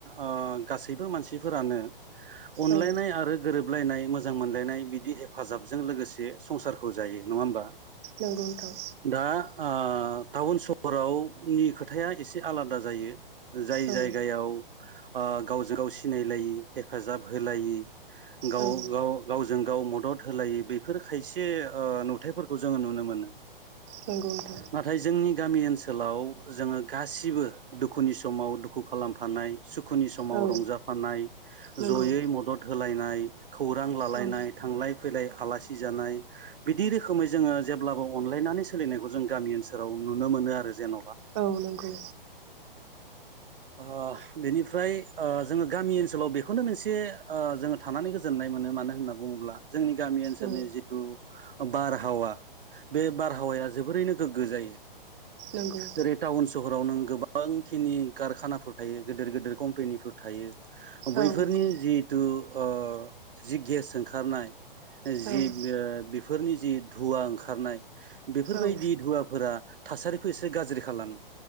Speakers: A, on the right (about 70°); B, on the right (about 25°).
A: ओ गासैबो मानसिफोरानो अनलायनाय
B: औ
A: आरो गोरोब गोबलायनाय मोजां मोनलायनाय बिदि हेफाजाबजों लोगोसे संसारखौ जायो नङा होमबा
B: नंगौ नोंथां
A: दा ओह टाउन सहरावनि खोथाया एसे आलादा जायो। जाय
B: औ
A: जायगायाव ओ गावजों गाव सिनायलायि हेफाजाब होलायि गाव
B: औ
A: गाव गावजों गाव मदद होलायि बेफोर खायसे ओह नुथायफोरखौ जोङो नुनो मोनो
B: नंगौ नोंथां
A: नाथाय जोंनि गामि ओनसोलाव जोङो गासिबो दुखुनि समाव दुखु खालामफानाय सुखुनि समाव
B: औ
A: रंजाफानाय
B: नंगौ
A: जयै मदद होलायनाय खौरां लालायनाय
B: औ
A: थांलाय फैलाय आलासि जानाय बिदि रोखोमै जोङो जेब्लाबो अनलायनानै सोलिनायखौ जों गामि ओनसोलाव नुनो मोनो आरो जेन
B: औ नंगौ।
A: ओह बेनिफ्राय ओह जोङो गामि ओनसोलाव बेखौनो मोनसे ओह जोङो थानानै गोजोननाय मोन मोनो मानो होनना बुङोब्ला जोंनि गामि ओनसोलनि
B: औ
A: जिथु बारहावा बे बारहावाया जोबोरैनो गोगो जायो
B: नंगौ
A: जेरै टाउन स हराव नों गोबांखिनि कारखानाफोर थायो गिदिर गिदिर कम्पेनिफोर थायो बैफोरनि
B: औ नंगौ
A: जिहथु ओ जि गेस ओंखारनाय
B: औ
A: जि ओह बेफोरनि जि धुवा ओंखारनाय बेफोरबायदि
B: औ
A: धुवाफोरा थासारिखौ एसे गाज्रि खालामो